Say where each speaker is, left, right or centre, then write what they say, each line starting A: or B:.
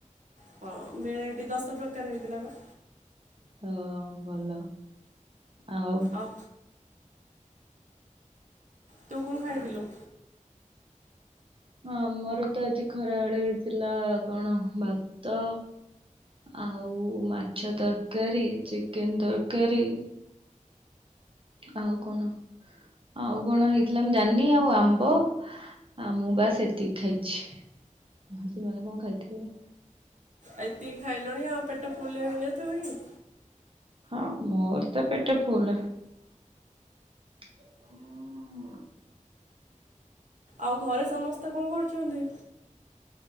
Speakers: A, on the right; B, on the right.
A: ହଁ ଭେରାଇଟି ଦଶ ପ୍ରକାର ହେଇଥିଲା ବା।
B: ହଁ ଭଲ। ଆଉ
A: ଅଫ ତୁ କଣ ଖାଇଥିଲୁ?
B: ହଁ ଆମର ତ ଆଜି ଖରାଏଳେ ହେଇଥିଲା କଣ ଭାତ। ଆଉ ମାଛ ତରକାରୀ ଚିକେନ ତରକାରୀ। ଆଉ କଣ ଆଉ କଣ ହେଇଥିଲା ମୁଁ ଜାନି। ଆଉ ଆମ୍ବ ଆ ମୁଁ ବାସ୍ ଏତିକି ଖାଇଛି। ସେମାନେ କଣ ଖାଇଥିବେ।
A: ଏଇତିି ଖାଇ ଲଣି ଆଉ ପେଟ ଫୁଲେ ହୋଇନଥିବ କି?
B: ହଁ ମୋର ତ ପେଟ ଫୁଲ। ହୁଁ।
A: ଆଉ ଘରେ ସମସ୍ତେ କଣ କରୁଚନ୍ତି?